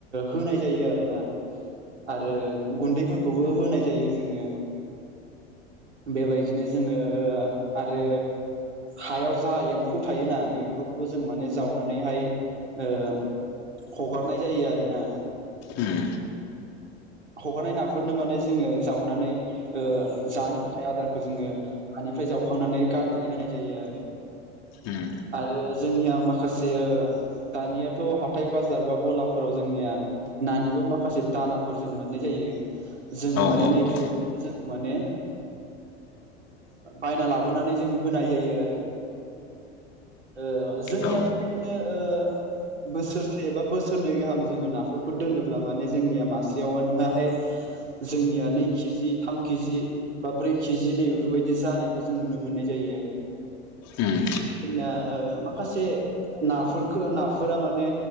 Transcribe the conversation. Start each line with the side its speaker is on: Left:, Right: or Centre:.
Right: होनाय जायो आरोना आरो गुन्दैफोरखौबो होनाय जायो जोङो। बेबायदिनो जोङो आरो हायाव जा एम बेखौ थायोना नै बेफोरखौबो जों माने जावनानैहाय ओ हगारनाय जायो आरोना
Left: उम
Right: हगारनाय नाफोरनो माने जोङो जावनानै जानो थाखाय आदारखौ जोङो हानिफ्राय जावखांनानै गारनानै होनाय जायो आरो
Left: उम
Right: आरो जोंनिया माखासे दानियाथ' हाथाय बाजार बा गलाफोराव जोंनिया नानिबो माखासे दानाफोर जों मोननाय जायो जोङो
Left: औ
Right: माने
Left: औ
Right: नै
Left: औ
Right: जों माने बायना लाबोनानै जों होनाय जायो आरो ओ जोंनिया
Left: औ
Right: बेबायदिनो ओ बोसोरसे बा बोसोरनै गाहाम जोङो नाफोरखौ दोनोब्ला माने जोंनिया मासेयावनोहहाय जोंनिया नै केजि थाम केजि बा ब्रै केजि नै बेफोरबायदि जानायखौ जों नुनो मोननाय जायो आरो
Left: उम
Right: जोंना माखासे नाफोरख नाफोरा माने